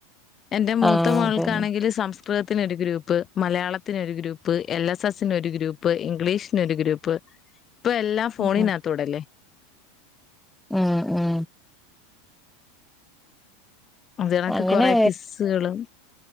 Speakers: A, on the left; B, in the centre.
A: എന്റെ മൂത്ത
B: ആഹ്
A: മൾക്കാണെങ്കിൽ
B: അതന്നെ
A: സംസ് കൃതത്തിനൊരു ഗ്രൂപ്പ് മലയാളത്തിനൊരു ഗ്രൂപ്പ് എൽ എസ് എസ്സിന് ഒരു ഗ്രൂപ്പ് ഇംഗ്ലീഷിനൊരു ഗ്രൂപ്പ്
B: <inaudible>
A: ഇപ്പൊ എല്ലാം ഫോണിനകത്തോടെല്ലേ
B: ഉം ഉം ഉം
A: അതിനക്ക്
B: അങ്ങനെ
A: കൊറെ കിസ്സുകളും